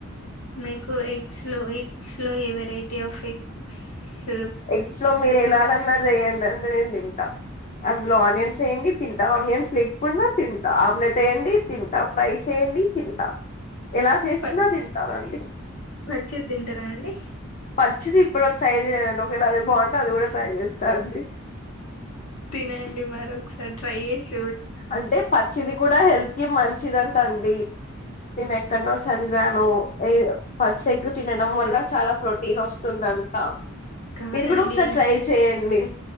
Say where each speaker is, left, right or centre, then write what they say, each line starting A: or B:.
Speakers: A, on the left; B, on the left.
A: మీకు ఎగ్స్ లో ఎగ్స్ లో ఏ వెరై టిఫక్స్ <unintelligible>
B: ఎక్స్ట్ లో మీరు ఎలాాలన్నారు చేయండి అ నేను తింటా అందులో ఆనియన్స్ వేయండి తింటా ఆనియన్స్ లేగపోండా తింటా ఆమ్లెట్ వేయండి తింటా ఫ్రై చేయండి తింటా ఎలా చేసినా
A: ప
B: తింటానండి
A: పచ్చిది తింటారా అండి
B: పంచిిది ఇప్పుడుర ట్రై చేయలేదండి ఒకేళ అది బాగుంటే అది కూడా ట్రై చేస్తా అండి
A: తినండి మరొకసారి ట్రై చే
B: అంటే పచ్చిది కూడా హెల్త్ కి మంచి మంచిదంట అండి నేను ఎక్కడనో చదివాను పచ్చ ఎగ్గు తినడం వల్ల చాలా ప్రోటీన్ వస్తుందంట
A: కాదండి
B: ఇది కూడా ఒకసారి ట్రై చేయండి